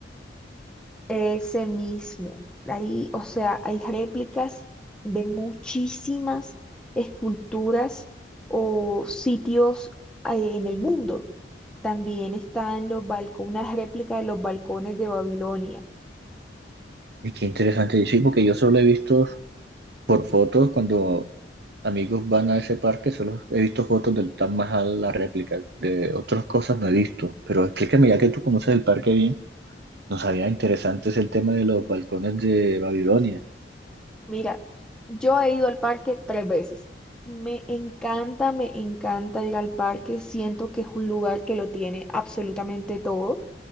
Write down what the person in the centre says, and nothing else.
Ese mismo. Ahí, o sea, hay réplicas de muchísimas esculturas o sitios eh, en el mundo. También están los balcones, una réplica de los balcones de Babilonia.
Mira, yo he ido al parque tres veces. Me encanta, me encanta ir al parque. Siento que es un lugar que lo tiene absolutamente todo.